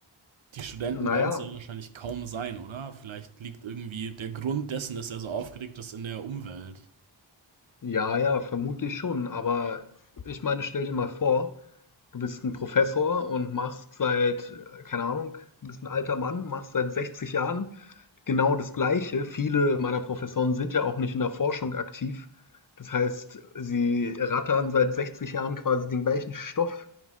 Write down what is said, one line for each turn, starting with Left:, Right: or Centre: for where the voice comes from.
Right: die Studenten
Left: Naja,
Right: werden es ja wahrscheinlich kaum sein, oder? Vielleicht liegt irgendwie der Grund dessen, dass er so aufgeregt ist, in der Umwelt.
Left: ja, ja, vermutlich schon. Aber ich meine, stell dir mal vor, Du bist ein Professor und machst seit, äh, keine Ahnung du bist 'n alter Mann, machst seit 60 Jahren genau das Gleiche. Viele meiner Professoren sind ja auch nicht in der Forschung aktiv. Das heißt, sie rattern seit 60 Jahren quasi den gleichen Stoff